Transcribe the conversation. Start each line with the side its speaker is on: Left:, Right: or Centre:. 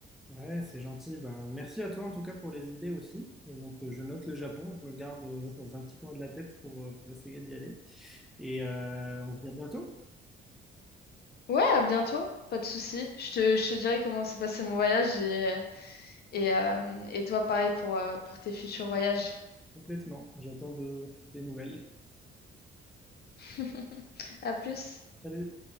Centre: ouais, c'est gentil. Ben, merci à toi en tout cas pour les idées aussi. Donc euh, je note le Japon, je me le garde euh, <laughs> dans un petit coin de la tête pour, euh, pour essayer d'y aller. Et euh, on se dit à bientôt.
Left: Ouais, à bientôt, pas de souci. Je te, je te dirai comment s'est passé mon voyage et, et, euh, et toi pareil pour, euh, pour tes futurs voyages.
Centre: Complètement. J'attends de- des nouvelles.
Left: <laughs> À plus.
Centre: Salut.